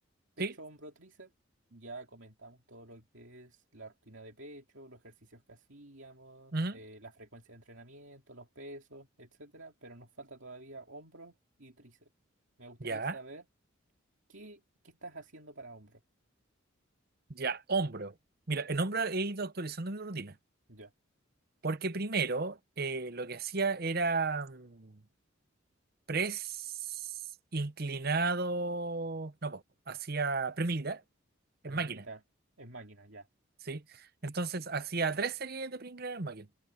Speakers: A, on the right; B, on the right.
A: Pecho,
B: ¿Sí?
A: hombro, tríceps. Ya comentamos todo lo que es la rutina de pecho, los ejercicios que hacíamos,
B: Ujú.
A: eh, la frecuencia de entrenamiento, los pesos, etcétera. Pero nos falta todavía hombro y tríceps. Me gustaría
B: Ya,
A: saber qué, qué estás haciendo para hombro.
B: ya, hombro. Mira, en hombro he ido actualizando mi rutina,
A: Ya,
B: porque primero eh, lo que hacía era mm, press inclinado. No, po, hacía pre militar
A: pero
B: en máquina.
A: es militar, es máquina, ya.
B: ¿sí? Entonces hacía tres series de Pringles en el